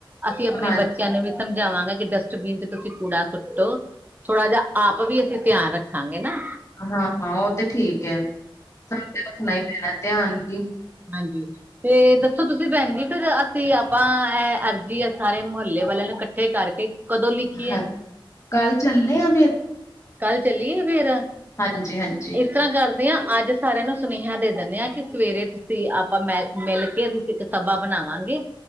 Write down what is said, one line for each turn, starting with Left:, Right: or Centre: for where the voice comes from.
Right: ਅਸੀਂ ਆਪਣੇ
Left: ਹਾਂ
Right: ਬੱਚ ਬੱਚਿਆਂ ਨੂੰ ਵੀ ਸਮਝਾਵਾਂਗਾ ਕਿ ਡਸਟਬੀਨ ਤੇ ਤੁਸੀਂ ਕੂੜਾ ਸੁੱਟੋ। ਥੋੜ੍ਹਾ ਜੇਆ ਆਪ ਵੀ ਅਸੀਂ ਧਿਆਨ ਰੱਖਾਂਗੇ ਨਾ।
Left: ਹਾਂ ਓ ਤੇ ਠੀਕ ਐ ਸਾਨੂੰ ਤੇ ਰੱਖਣਾ ਹ ਪੈਣਾ ਧਿਆਨ ਜੀ।
Right: ਹਾਂਜੀ। ਤੇ ਦੱਸੋ ਤੁਸੀਂ ਭੈਣ ਜੀ ਫਿਰ ਅਸੀਂ ਆਪਾਂ ਐ ਅਰਜ਼ੀ ਆ ਸਾਰੇ ਮੁਹੱਲੇ ਵਾਲੇਆਂ ਨੂੰ ਕੱਠੇ ਕਰਕੇ ਕਦੋਂ ਲਿਖੀ
Left: ਹਾਂ
Right: ਐ,
Left: ਕੱਲ ਚੱਲੇ ਆ ਫਿਰ
Right: ਕੱਲ ਚਲੀਏ ਫੇਰ
Left: ਹਾਂਜੀ-ਹਾਂਜੀ।
Right: ਇਸ ਤਰਾਂ ਕਰਦੇ ਆਂ ਅੱਜ ਸਾਰੇਆਂ ਨੂੰ ਸੁਨੇਹਾ ਦੇ ਦੰਨੇ ਆ ਕਿ ਸਵੇਰੇ ਤੁਸੀਂ ਆਪਾਂ ਮੈਲ-ਮਿਲ ਕੇ ਇੱਕ ਸਭਾ ਬਨਾਵਾਂਗੇ